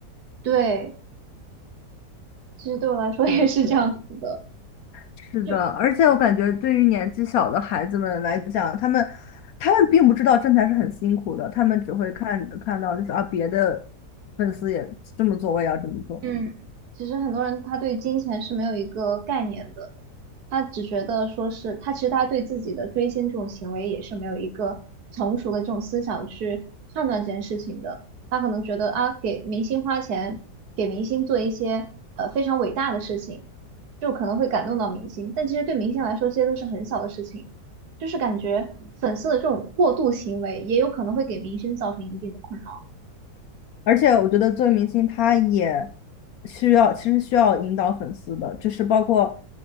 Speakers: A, on the right (about 65°); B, on the left (about 70°).
A: 对，其实对我来说也是这样子的，
B: 对，是的，
A: 就
B: 而且我感觉对于年纪小的孩子们来讲，他们他们并不知道挣钱是很辛苦的，他们只会看看到就是啊别的粉丝也这么做，我也要这么做。
A: 嗯其实很多人他对金钱是没有一个概念的，他只觉得说是他其实他对自己的追星这种行为也是没有一个成熟的这种思想去判断这件事情的。他可能觉得啊，给明星花钱，给明星做一些呃非常伟大的事情，就可能会感动到明星，但其实对明星来说，这些都是很小的事情。就是感觉粉丝的这种过度行为，也有可能会给明星造成一定的困扰。
B: 而且我觉得作为明星，他也需要，其实需要引导粉丝的，就是包括，